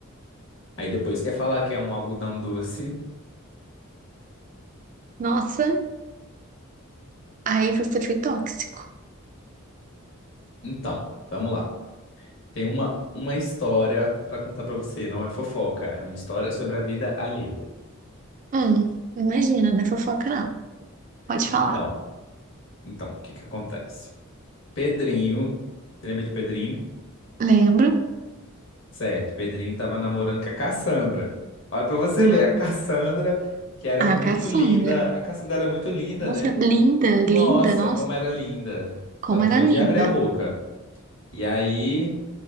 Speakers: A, on the left; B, on the right.
A: Aí depois quer falar que é um algodão doce.
B: Nossa, aí você foi tóxico.
A: Então, vamos lá. Tem uma, uma história pra contar pra você, não é fofoca, é uma história sobre a vida alheia.
B: Hum, imagina, não é fofoca não. Pode
A: Então,
B: falar.
A: então, o que que acontece? Pedrinho, você lembra de Pedrinho?
B: Lembro,
A: Certo, Pedrinho tava namorando com a Cassandra. Olha pra você
B: meu,
A: ver, a Cassandra, que era
B: ah
A: muito
B: caçula.
A: linda. A Cassandra era muito linda,
B: Nossa,
A: né?
B: linda,
A: Nossa,
B: linda, nossa,
A: como era linda.
B: como
A: Só não
B: era
A: podia
B: linda.
A: abrir a boca. E aí,